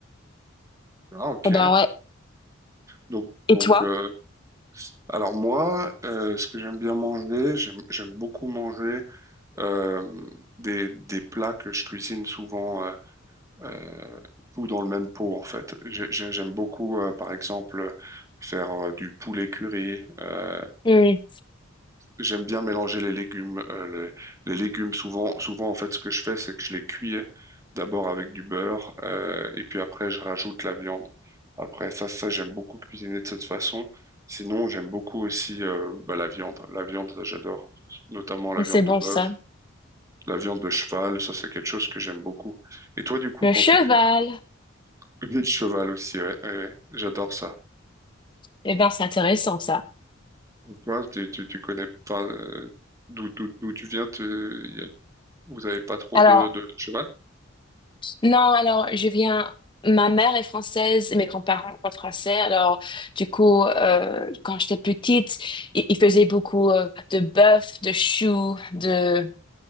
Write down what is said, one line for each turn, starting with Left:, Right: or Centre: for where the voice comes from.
Right: Ah ok.
Left: Eh ben ouais.
Right: Donc
Left: Et
Right: donc
Left: toi?
Right: euh, alors moi, euh, ce que j'aime bien manger, j'aime j'aime beaucoup manger euh, des des plats que je cuisine souvent euh, euh, tout dans le même pot en fait. J'ai- j'ai- J'aime beaucoup euh, par exemple faire euh, du poulet curry. euh,
Left: Hmm,
Right: J'aime bien mélanger les légumes. euh, les, les légumes, souvent, souvent en fait, ce que je fais, c'est que je les cuis d'abord avec du beurre, euh, et puis après, je rajoute la viande. Après ça, ça j'aime beaucoup cuisiner de cette façon. Sinon, j'aime beaucoup aussi euh, bah, la viande. La viande, ça, j'adore, notamment la viande
Left: c'est bon
Right: de bœuf,
Left: ça.
Right: la viande de cheval. Ça, c'est quelque chose que j'aime beaucoup. Et toi, du coup,
Left: Le
Right: quand
Left: cheval.
Right: tu cuisines <laughs> le cheval aussi, ouais, ouais, ouais, j'adore ça.
Left: Eh ben c'est intéressant ça.
Right: Et Toi, tu, tu, tu connais pas euh, d'où d'où d'où tu viens, tu, Vous n'avez pas trop
Left: Alors,
Right: de, de cheval?
Left: Non, alors je viens. Ma mère est française et mes grands-parents sont français. Alors, du coup, euh, quand j'étais petite, i- ils, faisaient beaucoup euh, de bœuf, de choux, de,